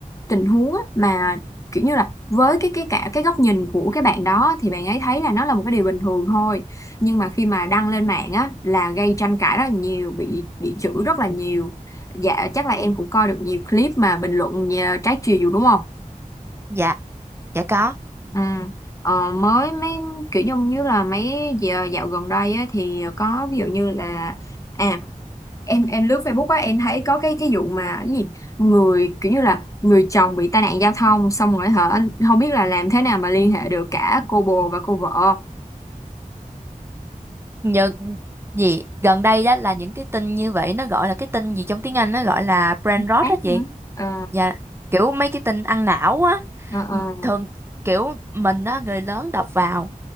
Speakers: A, on the left (about 20°); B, on the right (about 15°).
A: tình huống á, mà kiểu như là với cái cái cả cái góc nhìn của cái bạn đó thì bạn ấy thấy là nó là một cái điều bình thường thôi nhưng mà khi mà đăng lên mạng á là gây tranh cãi rất là nhiều bị bị chửi rất là nhiều dạ chắc là em cũng coi được nhiều clip mà bình luận ờ, trái chiều đúng không
B: dạ dạ có
A: Ừ. Ờ, mới mấy kiểu giống như là mấy giờ dạo gần đây á, thì có ví dụ như là à em em lướt Facebook á em thấy có cái cái vụ mà cái gì người kiểu như là người chồng bị tai nạn giao thông xong rồi hả không biết là làm thế nào mà liên hệ được cả cô bồ và cô vợ
B: Nhờ gì gần đây đó là những cái tin như vậy nó gọi là cái tin gì trong tiếng Anh nó gọi là brain rot
A: Ác
B: đó chị.
A: hả? ờ
B: Dạ kiểu mấy cái tin ăn não á
A: ờ ờ.
B: thường kiểu mình á người lớn đọc vào